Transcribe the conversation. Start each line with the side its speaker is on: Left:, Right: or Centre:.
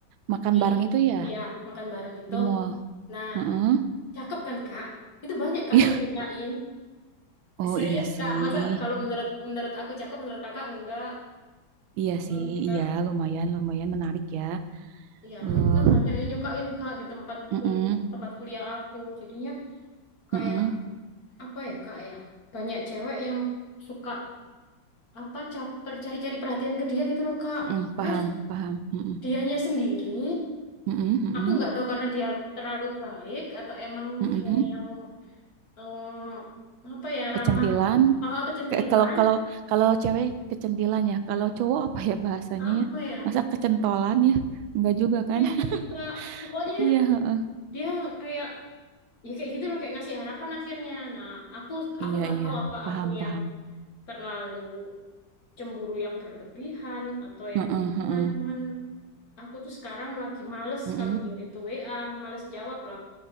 Right: makan
Left: di,
Right: bareng itu ya
Left: ya, makan bareng itu.
Right: di mall.
Left: Nah,
Right: Heeh.
Left: cakep kan Kak? Itu banyak Kak
Right: <laughs> Iya.
Left: yang nyukain.
Right: Oh
Left: Serius
Right: iya sih.
Left: Kak, masa kalau menurut menurut aku cakep, menurut Kakak enggak?
Right: Iya
Left: Mana
Right: sih,
Left: sih Kak?
Right: iya lumayan lumayan menarik ya.
Left: Ya,
Right: Eh,
Left: itu kan banyak yang nyukain Kak di tempat
Right: mm-mm,
Left: kul- tempat kuliah aku. Jadinya kayak
Right: mm-mm,
Left: apa ya Kak ya? Banyak cewek yang suka apa caper cari-cari perhatian ke dia gitu loh Kak.
Right: mm-mm,
Left: Terus
Right: paham, paham. mm-mm,
Left: dianya sendiri
Right: mm-mm, mm-mm,
Left: aku nggak tahu karena dia terlalu baik atau emang
Right: mm-mm.
Left: dia yang eh, apa ya
Right: Kecentilan.
Left: ramah oh, oh, kecentilan
Right: Ke- kalau kalau kalau cewek kecentilan ya. Kalau cowok apa ya bahasanya
Left: apa
Right: ya?
Left: ya
Right: Masa kecentolan ya? Enggak juga kan?
Left: itu
Right: <laughs>
Left: sih kak pokoknya
Right: Iya, heeh.
Left: dia kayak ya kayak gitu loh kayak ngasih harapan akhirnya nah aku aku
Right: Iya,
Left: nggak
Right: iya.
Left: tahu apa
Right: Paham,
Left: aku
Right: paham.
Left: yang terlalu cemburu yang berlebihan atau yang
Right: Heeh,
Left: gimana
Right: heeh.
Left: cuman aku tuh sekarang lagi males
Right: Mm-mm,
Left: kalau dia itu WA males jawab lah